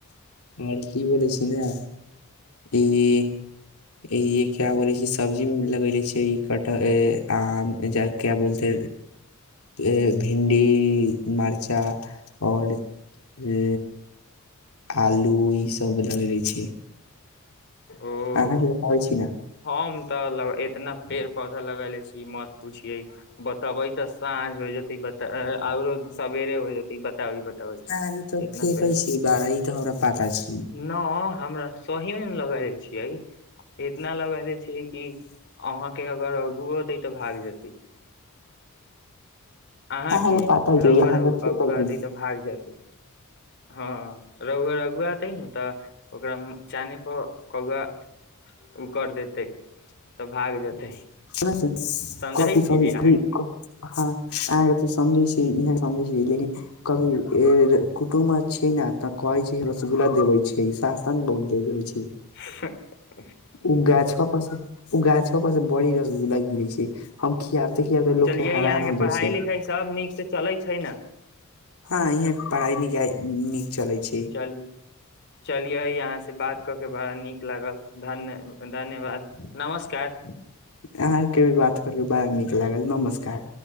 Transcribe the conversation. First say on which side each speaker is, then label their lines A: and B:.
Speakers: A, on the left; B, on the left.
A: और की बोलै छी न ई ई क्या बोलै छी सब्जी मे लगैले छीयइ कटहर, आम क्या बोलते ए भिन्डी मर्चा और हे आलू ई सब लगैने छी।
B: ओ
A: अहाँ के बताबै छी न।
B: हम तऽ एतना पेड़ पौधा लगेले छी मत पूछिये। बतबै तऽ साँझ हो जेतै। ओरो सबेरे हो जेतै बताबै बताबै
A: ह ई तऽ
B: इतना
A: फेेकै
B: पेड़
A: छी बड़इ तऽ हमरा पाता छे।
B: न हमरा सही में लगेले छीये, इतना लगैले छीये कि अहाँ के अगर अगूवो होतै तऽ भाग जेतै। अहाँ
A: अहाँके
B: के
A: पता
B: रहुुआ
A: य अहाँके
B: रहु
A: फेकै
B: अगु
A: छी
B: अतै तऽ भाग जेतै। हँ रगुआ रगुआते तऽ ओकरा चान पर कौआ ओ कर देतै तऽ भाग जेतै।
A: <unintelligible>
B: समझै छियै अहाँके
A: ह अहाँके तऽ समझै छी इहे समझै छी, लेकिन कभी कुटुम आ छै न तऽ कहे छै रोसगुला देवे छै। शासन बहुत दे देेछै।
B: हाहा
A: ओ गाछबा पर से ओ गाछबा पर से बड़ी रसगुल्ला गिरै छै। हम खियाबते- खियाबते लोक
B: चलियै
A: के हैरान
B: अहाँके
A: हो जाइ
B: पढ़ाइ
A: छै।
B: लिखाइ सब नीक से चलै छै ने
A: ह यहाँ के पढ़ाई निखाइ नीक चलै छै।
B: हेलो। चलियै यहाँ से बात कऽ के बड़ा नीक लागल धन्य धन्यवाद, नमस्कार।
A: अहाँके भी बात करके बड़ा नीक लागल नमस्कार।